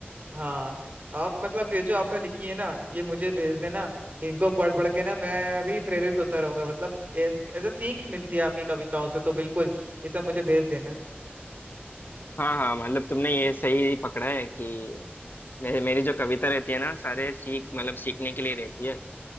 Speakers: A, on the right (about 40°); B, on the left (about 55°).
A: हाँ आप मतलब ये जो आपने लिखी है ना ये मुझे भेज देना इनको पढ़ पढ़ के ना मैं भी प्रेरित होता रहूंगा मतलब ए- ऐसे सीख मिलती है आपकी कविताओं से तो बिल्कुल ये सब मुझे भेज देना
B: हाँ हाँ मतलब तुमने ये सही पकड़ा है कि मेरे मेरी जो कविता रहती है ना सारे सीख मतलब सीखने के लिए रहती है